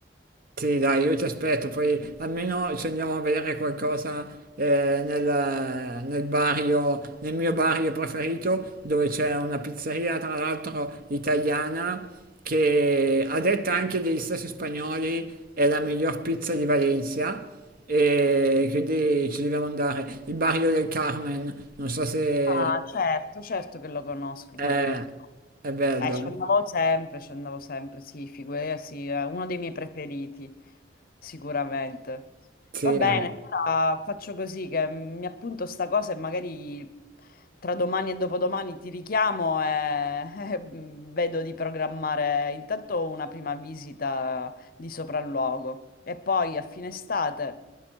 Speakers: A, on the right; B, on the left.
A: Sì, dai, io ti aspetto, poi almeno ci andiamo a bere qualcosa eh, nel, nel barrio, nel mio barrio preferito, dove c'è una pizzeria, tra l'altro italiana, che a detta anche degli stessi spagnoli è la miglior pizza di Valencia. E quindi ci dobbiamo andare. Il barrio del Carmen, non so se
B: Ah, certo, certo che lo conosco,
A: è,
B: il barrio del
A: è bello.
B: Eh, ci
A: eh?
B: andavo sempre, ci andavo sempre, sì, figurati, sì, è uno dei miei preferiti, sicuramente.
A: Sì,
B: Va bene,
A: è-
B: allora faccio così che mi appunto sta cosa e magari tra domani e dopodomani ti richiamo e, <laughs> e vedo di programmare intanto una prima visita di sopralluogo e poi a fine estate